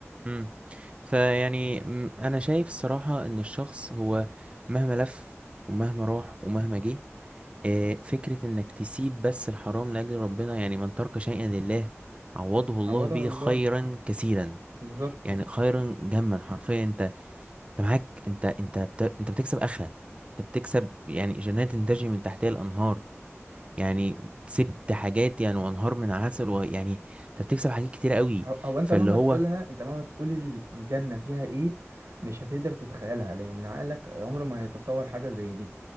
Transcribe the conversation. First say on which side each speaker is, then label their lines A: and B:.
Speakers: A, on the right; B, on the right.
A: امم فيعني مم، انا شايف الصراحه ان الشخص هو مهما لف ومهما راح ومهما جه آه، فكره انك تسيب بس الحرام لاجل ربنا يعني من ترك شيئا لله عوضه الله
B: عوضها
A: به
B: الله
A: خيرا كثيرا
B: بالظبط
A: يعني خيرا جما حرفيا انت انت معاك انت انت بت... انت بتكسب اخره انت بتكسب يعني جنات تجري من تحتها الانهار يعني كسبت حاجات يعني وانهار من عسل ويعني انت بتكسب حاجات كتير قوي
B: هو هو انت
A: فاللي
B: مهما
A: هو
B: تقولها انت مهما تقول ال- الجنة فيها ايه مش هتقدر تتخيلها لان عقلك عمره ما هيتصور حاجة زي دي